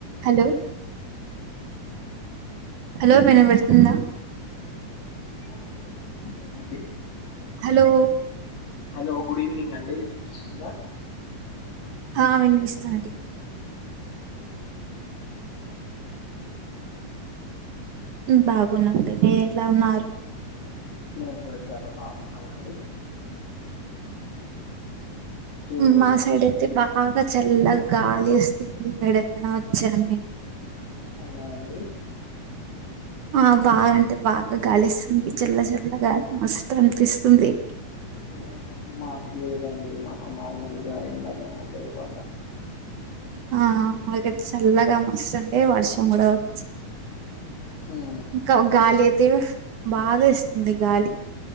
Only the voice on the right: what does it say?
Hello
hello మేన వెళ్తుంద
హలో
ఆ వినిపిస్తాంది బాగున్నాంది మీరేలా ఉనారు
మా సైడైతే బాగా చల్లగా గాలి ఏస్తుంది మెడతన వచ్చాం నే
ఆ బాగా అంటే బాగా గాలేస్తుంది చల్ల చల్లగాలి మస్తు అనిపిస్తుంది
ఆ మాకైతె చల్లగా మస్తుండె వర్షం గుడా వచ్చు
ఇంక ఒ గాలైతే బాగా ఇస్తుంది గాలి